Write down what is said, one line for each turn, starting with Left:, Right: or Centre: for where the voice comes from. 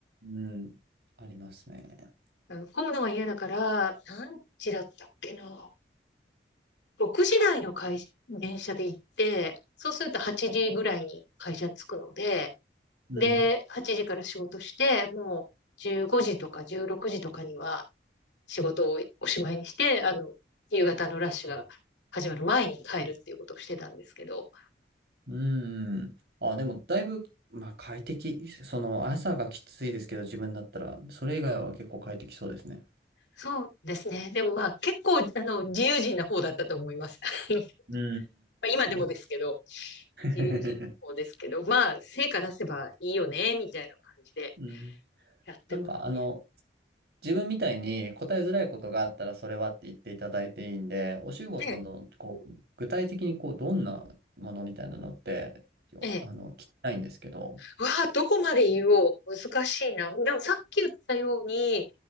Right: うん、ありますね。
Left: あの混むのが嫌だから、何時だったっけな。6時台の会社、電車で行って、そうすると8時ぐらいに会社に着くので、
Right: うん
Left: で、8時から仕事して、もう15時とか16時とかには仕事をおしまいにして、あの、夕方のラッシュが始まる前に帰るっていうことをしてたんですけど、
Right: うーん。あ、でも、だいぶ、まあ、快適。その、朝がきついですけど、自分だったら、それ以外は結構快適そうですね。
Left: そうですね。でもまあ結構、あの、自由人な方だったと思います。<laughs> あの
Right: うー
Left: まあ今でもですけど、
Right: ん。<laughs>
Left: 自由人の方ですけど、まあ成果出せばいいよね、みたいな感じで
Right: うん。
Left: やってますね。
Right: なんか、あの、自分みたいに答えづらいことがあったら、それはって言っていただいていいんで、お仕事の、
Left: で、
Right: こう、具体的に、こう、どんなものみたいなのって、よあの、
Left: え
Right: 聞きたいんですけど。
Left: わあ、どこまで言おう。難しいな。でもさっき言ったように、